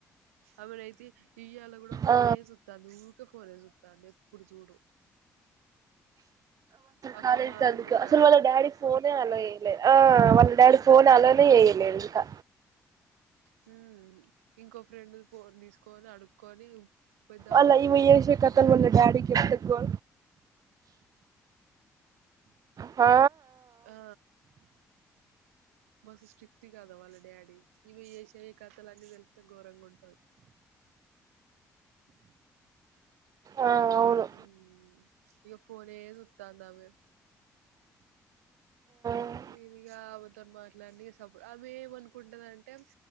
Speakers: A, on the right; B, on the right.
A: అవి రైతే ఈయలా కూడా ఫోనే
B: ఆ
A: చూతంది ఊ కు ఫోనే చుతాంది ఎప్పుడు చూడు ఆ
B: కాలేజ్
A: ఫోన్ ఆమెది
B: త అందుకె
A: కూడా
B: అసలు
A: కాదు
B: వాళ్ళ
A: మళ్ళా
B: డాడీ ఫోనే అలౌ చేయలే ఆ వాళ్ళ డాడి ఫోన్ అలౌ నే చేయలేదు ఇంకా
A: హ్మ్ హ్మ్ ఇంకో ఫ్రెండ్ ది ఫోన్ తీసుకొని అడుక్కొని పెద్దామ
B: అల్
A: ఫోన్
B: ఈమె
A: లెక్క
B: చేసే
A: మస్తు
B: కథలు
A: బిల్డప్
B: వాళ్ళ
A: ఇత్తాంది
B: డాడీ కి
A: ఇగ
B: చెప్తే గా ఆ
A: ఆ మస్తు స్ట్రిక్ట్ కాదా వాళ్ళ డాడీ ఈమె చేసే కథలు అన్నీ తెలిస్తే ఘోరంగా ఉంటది
B: ఆ అవును
A: హ్మ్ హ్మ్ ఇగ ఫోన్ ఏ చూతాంది ఆమె
B: ఆ
A: నేను ఇగా ఆమెతో మాట్లాడిని సపో ఆమె ఏమనుకుంటదంటే